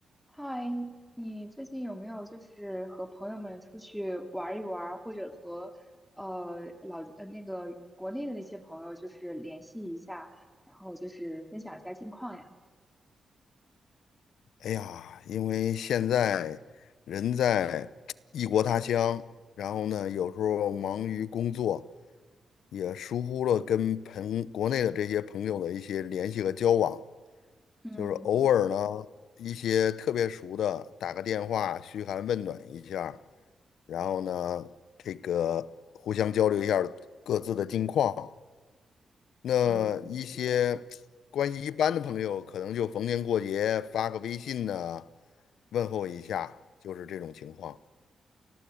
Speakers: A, in the centre; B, on the left.
A: 嗨，你最近有没有就是和朋友们出去玩一玩，或者和呃老呃那个国内的那些朋友就是联系一下，然后就是分享一下近况呀？
B: 哎呀，因为现在人在异国他乡，然后呢，有时候忙于工作，也疏忽了跟朋国内的这些朋友的一些联系和交往，
A: 嗯
B: 就是偶尔呢，一些特别熟的打个电话嘘寒问暖一下儿然后呢，这个互相交流一下儿各自的近况。那一些关系一般的朋友，
A: 嗯，是的。
B: 可能就逢年过节发个微信呢。问候一下，就是这种情况。